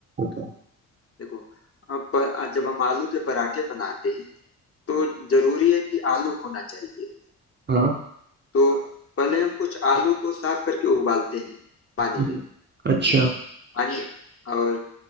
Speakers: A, on the right; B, on the left.
A: बताओ
B: देखो अब प- जब हम आलू के पराठे बनाते हैं तो जरूरी है कि आलू होना चाहिए
A: हाँ
B: तो पहले हम कुछ आलू को साफ करके उबालते हैं पानी
A: हम्म,
B: में
A: अच्छा
B: पानी और